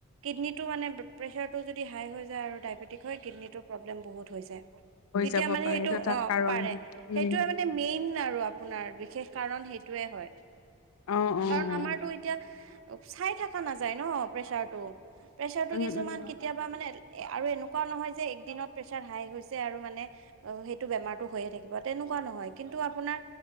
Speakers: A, on the right; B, on the left.
A: কিডনী টো মানে প্ৰেচাৰতটো যদি হাই হয় আৰু ডায়বেটিক হয় কিডনৰ প্ৰব্লেম বহুত হৈছে
B: হৈ
A: তেতিয়া
B: যাব
A: মানে
B: পাৰে
A: সেইটো অ'
B: এটা কাৰণ
A: পাৰে।
B: উম,
A: সেইটোৱে মানে মেইন আৰু আপোনাৰ বিশেষ কাৰণ সেইটোয়ে হয়।
B: অ', অ',
A: কাৰণ আমাৰতো এতিয়া চাই থকা নাযায় ন' প্ৰেচাৰতটো। প্ৰেচাৰটো
B: উম,
A: কিছুমান
B: উম,
A: কেতিয়াবা মানে এ আৰু এনেকুৱাও নহয় যে একদিনত প্ৰেচাৰ হাই হৈছে আৰু মানে অ সেইটো বেমাৰতটো হৈয়ে থাকিব। তেনেকুৱা নহয় কিন্তু আপোনাৰ